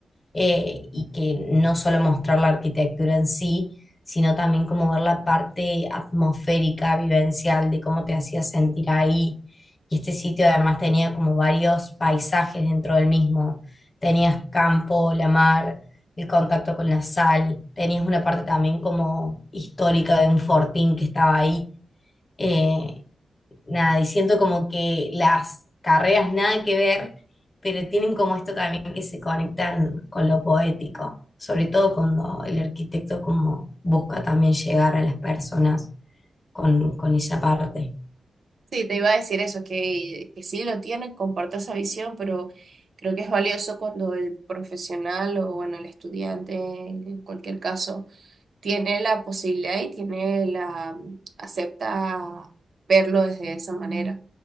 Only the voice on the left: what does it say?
eh, y que no solo mostrar la arquitectura en sí, sino también como ver la parte atmosférica, vivencial, de cómo te hacía sentir ahí. Y este sitio además tenía como varios paisajes dentro del mismo. Tenías campo, la mar, el contacto con la sal, tenías una parte también como histórica de un fortín que estaba ahí. Eh, nada, y siento como que las carreras nada que ver pero tienen como esto también que se conectan con lo poético, sobre todo cuando el arquitecto como busca también llegar a las personas con, con esa parte.